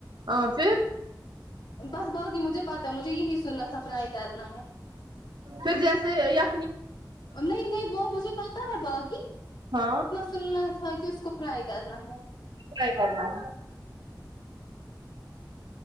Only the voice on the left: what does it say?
بس باقی مجھے پتا ہے مجھے یہی سننا تھا فرائی کرنا ہے
نہیں نہیں وہ مجھے پتا ہے باقی
تلنا تھا کہ اس کو فرائی کرنا ہے